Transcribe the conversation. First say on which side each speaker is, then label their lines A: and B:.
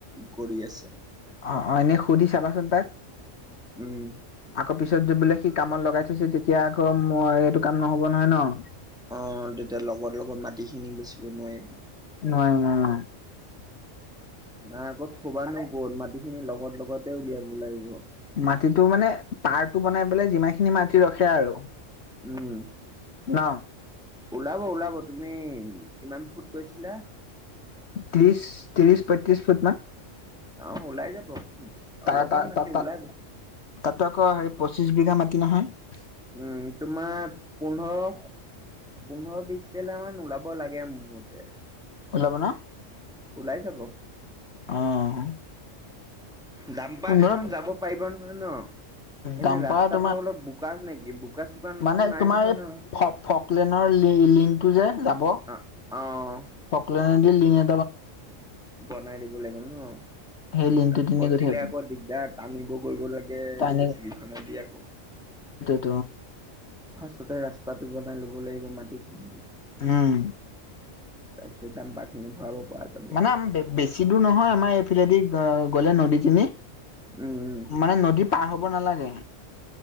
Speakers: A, in the centre; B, on the left.
A: কৰি আছে
B: অ', অ' এনে সুধি চাবাচোন তাক।
A: উম।
B: আকৌ পিছত গৈ বোলে সি কামত লগাই থৈছে তেতিয়া আকৌ মই এইটো কাম নহ'ব নহয় ন'।
A: অ' তেতিয়া লগৰ লগত মাটিখিনি বেচিব নোৱাৰিবা।
B: নোৱাৰি নোৱাৰি নুৱা।
A: নাই আকৌ থবানো ক'ত? মাটিখিনি লগত লগতে উলিয়াব লাগিব।
B: মাটিটো মানে পাৰটো বনাই পেলাই যিমানখিনি মাটি ৰখে আৰু
A: উম,
B: ন
A: ওলাব ওলাব। তুমি কিমান ফুট কৈছিলা?
B: ত্ৰিশ ত্ৰিশ পঁয়ত্ৰিশ ফুটমান।
A: অ' ওলাই যাব।
B: তাৰ
A: অলপমান
B: তা
A: মাটি
B: তা তাত তা
A: ওলাব।
B: তাত আকৌ হেৰি পঁচিছ বিঘা মাটি নহয়।
A: উম তোমাৰ পোন্ধৰ পোন্ধৰ বিশ টেইলাৰমান ওলাব লাগে মোৰ মতে।
B: ওলাব ন'?
A: ওলাই যাব।
B: অ'।
A: দাম্পাৰখন
B: পোন্ধৰ
A: যাব পাৰিব নহয় ন'। এনে
B: দাম্পাৰ
A: ৰাস্তাটো
B: তোমাৰ
A: অলপ বোকা নেকি? চোকা
B: মানে
A: নাই
B: তোমাৰ
A: নহয়
B: এই
A: ন?
B: ফ-ফকলেনৰ লি-লিংটো যে যাব
A: অ অ'।
B: ফকলনেদি লিং এ
A: বনাই দিব লাগিব ন'?
B: সেই লিংকটো কিনে
A: ফচিলে
B: গৈ থাকিব
A: আকৌ দিগদাৰ, টানিব কৰিব লাগে
B: তাইনে
A: যে চিখ নদি আকৌ
B: ত
A: ফাৰ্ষ্টতে ৰাস্তাটো বনাই লব লাগিব মাটিখিনি দি।
B: হুম।
A: তাৰপিছত দাম্পাৰখিনি ভৰাব। পৰা যাব।
B: মানে আম বে-বেছি দূৰ নহয়, আমাৰ এইফালেদি গ'লে নদীখিনি
A: উম, উম,
B: মানে নদী পাৰ হ'ব নালাগে।